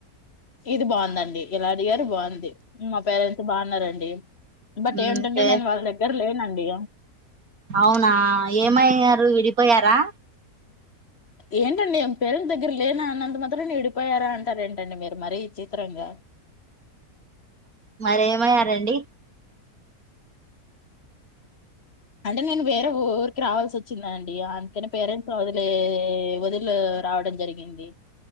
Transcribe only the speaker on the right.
ఉ
కే
అవునా ఏమయ్యారు విడిపోయారా
మరేమయ్యారండి